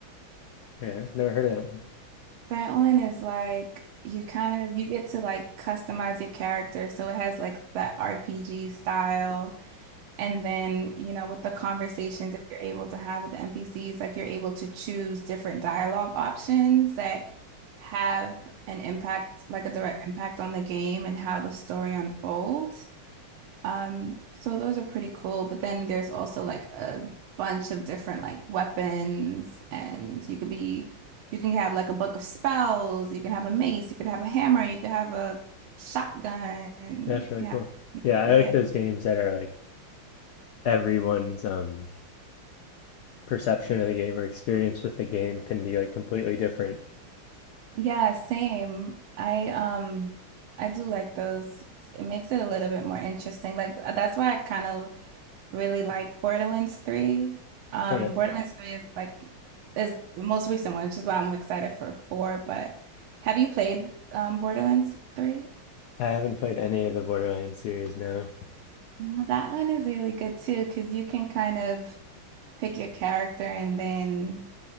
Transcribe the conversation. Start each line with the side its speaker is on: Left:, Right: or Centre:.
Left: Yeah, never heard of that one.
Right: That one is like you kind of you get to like customize your character, so it has like that RPG style. And then, you know, with the conversations that you're able to have with the NPCs, like you're able to choose different dialogue options that have an impact, like a direct impact on the game and how the story unfolds. Um, so those are pretty cool. But then there's also like a bunch of different like weapons, and you could be, you can have like a book of spells, you can have a mace, you could have a hammer, you could have a shotgun, you
Left: That's really
Right: can
Left: cool.
Right: have,
Left: Yeah, I
Right: yeah.
Left: like those games that are like everyone's um perception of the game or experience with the game can be like completely different.
Right: Yeah, same. I um I do like those. It's- It makes it a little bit more interesting. Like uh, that's why I kind of really like Borderlands 3. Um
Left: Okay.
Right: Borderlands 3 is like is the most recent one, which is why I'm excited for 4, but have you played um Borderlands 3?
Left: I haven't played any of the Borderlands series, no.
Right: No, that one is really good too, because you can kind of pick your character and then